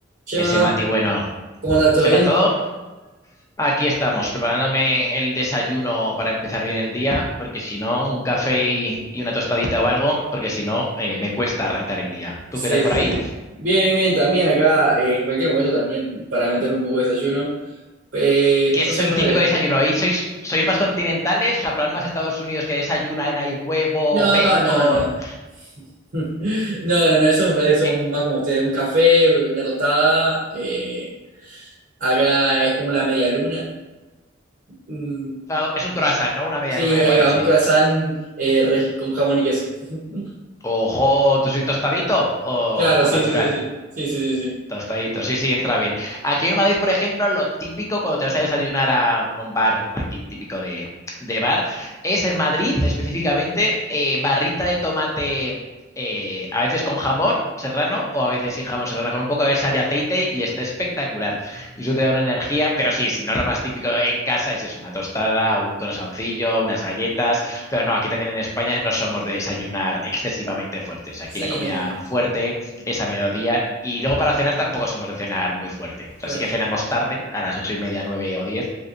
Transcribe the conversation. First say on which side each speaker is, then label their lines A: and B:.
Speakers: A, on the right; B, on the left.
A: Chema,
B: Ese Mati, bueno,
A: ¿cómo andas? ¿Todo
B: ¿qué
A: bien?
B: tal todo? Aquí estamos, preparándome el desayuno para empezar bien el día, porque si no, un café y, y una tostadita o algo, porque si no, eh, me cuesta arrancar el día.
A: Sí,
B: ¿Tú qué tal
A: sí,
B: por
A: sí,
B: ahí?
A: sí. Bien, bien, bien. También acá, eh, en cualquier momento también para meter un poco de desayuno. Eh,
B: ¿Qué
A: yo
B: es
A: soy
B: el
A: más
B: típico
A: de...
B: desayuno ahí? ¿Sois, sois más continentales? O sea, para más Estados Unidos que desayunan, hay huevo,
A: No,
B: bacon.
A: no, no. <laughs> No, no, no. Eso me parece que son
B: que-
A: más como ustedes. Un café, una tostada. eh, acá es como la media luna. Mm,
B: o sea, es un croissant, ¿no? Una media
A: sí,
B: luna, me
A: ahí
B: parece.
A: va. Un croissant eh, re- con jamón y queso. <laughs>
B: Ojo, ¿tú sois tostadito o,
A: Claro,
B: o
A: sí,
B: natural?
A: sí, sí, sí. Sí, sí, sí, sí.
B: Tostadito, sí, sí, entra bien. Aquí en Madrid, por ejemplo, lo típico cuando te vas a desayunar a, a un bar de aquí típico de, de bar es en Madrid específicamente eh, barrita de tomate eh, a veces con jamón serrano o a veces sin jamón serrano, con un poco de sal y aceite y está espectacular. Y eso te da una energía, pero sí, si no lo más típico en casa es eso, una tostada, un croissantillo, unas galletas, pero no, aquí también en España no somos de desayunar excesivamente fuertes. Aquí
A: Sí,
B: la comida
A: no, no.
B: fuerte es a mediodía. Y luego para cenar tampoco somos de cenar muy fuerte. O sea,
A: Claro.
B: sí que cenamos tarde, a las ocho y media, nueve o diez.